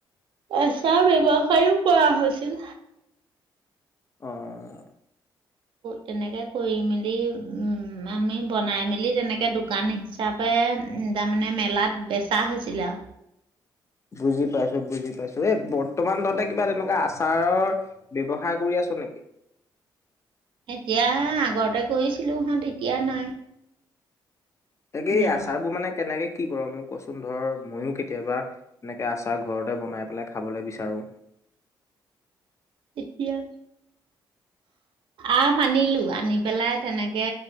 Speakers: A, on the right; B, on the left.
A: এচা ব্যৱসায়ো কৰা হৈছিল
B: আহ
A: তেনেকে কৰি মেলি আমি বনাই মেলি তেনেকে দোকান হিচাপে তাৰমানে মেলাত বেচা হৈছিলে আৰু
B: বুজি পাইছো বুজি পাইছো এই বৰ্তমান তহতে কিবা তেনেকুৱা আচাৰৰ ব্যৱসায় কৰি আছ নেকি?
A: এতিয়া আগতে কৰিছিলো হ এতিয়া নাই
B: তাকে
A: ব্যৱসায়
B: আচাৰ বোৰ মানে কেনেকে কি কৰ মোক কচোন ধৰ ময়ো কেতিয়াবা এনেকে আচাৰ ঘৰতে বনাই পেলাই খাবলৈ বিচাৰো।
A: এতিয়া আম আনিলো আনি পেলাই তেনেকে